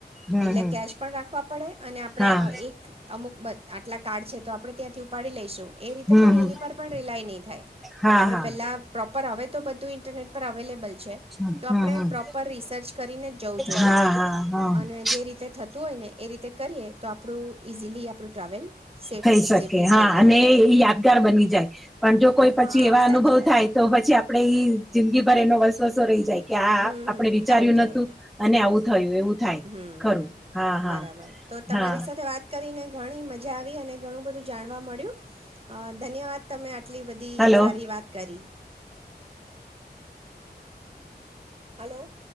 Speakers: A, in the centre; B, on the right (about 35°).
A: હમ
B: એટલે
A: હમ હમ
B: કેશ પણ રાખવા પડે અને આપડે
A: હા
B: એ અમુક બ આટલા કાર્ડ છે. તો આપડે ત્યાંથી ઉપાડી લઈશું એ રીતે
A: હમ
B: પણ
A: હમ
B: એની પર પણ રિલાય નહીં થાય
A: હા
B: આપડે
A: હા
B: પહેલાં પ્રોપર હવે તો બધું ઇન્ટરનેટ પર અવેલેબલ છે
A: હમ
B: તો
A: હમ
B: આપણે
A: હમ
B: પ્રો પર રિસર્ચ કરીને જ જવું જોઈએ
A: હા હા હા
B: અને
A: થતું હોય ને એવી કરીએ તો હા. આપણું
B: જે રીતે થતું હોય ને એ રીતે કરીએ તો આપ પડું ઇઝીલી આપડુ ટ્રાવેલ સેફ
A: થઈ શકે
B: સેફલી
A: હા
B: થઈ
A: અને
B: જાય
A: યાદગાર બની જાય પણ જો કોઈ
B: હા
A: પછી એવા
B: સાચી
A: અનુભવ
B: વાત
A: થાય તો પછી આપડે જિંદગીભર એનો વસવસો રહી જાય કે
B: છે
A: આ
B: હમ
A: આપડે વિચાર્યું
B: આવું થયું
A: નતું અને આવું થયું એવું થાય
B: હમ
A: ખરું હા હા
B: બરાબર તો તમારી
A: હા
B: સાથે વાત કરીને ઘણી મજા આવી અને ઘણું બધું જાણવા મળ્યું અ ધન્યવાદ તમે આટલી બધી
A: હલો
B: સારી વાત કરી હલો